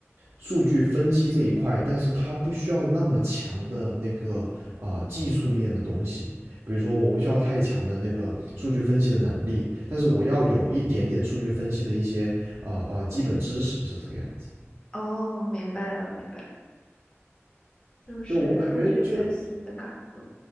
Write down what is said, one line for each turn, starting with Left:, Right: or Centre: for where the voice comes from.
Right: 数据分析这一块，但是它不需要那么强的那个啊、呃技术面的东西。比如说，我不需要太强的那个数据分析的能力，但是我要有一点点数据分析的一些啊啊、呃呃基本知识是这个样子。
Left: 哦，明白了，明白了就是数据分析的岗位，
Right: 就我感觉就，就